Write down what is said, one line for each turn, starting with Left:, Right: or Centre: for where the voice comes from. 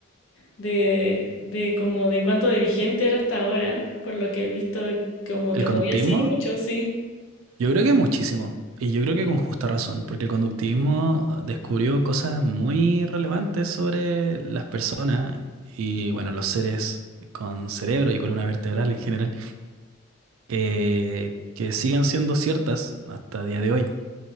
Left: de, de como de cuánto de vigente era hasta ahora, por lo que he visto, como
Right: El
Left: que
Right: conductismo,
Left: todavía sigue mucho, sí.
Right: yo creo que muchísimo. Y yo creo que con justa razón, porque el conductismo descubrió cosas muy relevantes sobre las personas y, bueno, los seres con cerebro y columna vertebral en general, eh, que siguen siendo ciertas hasta día de hoy.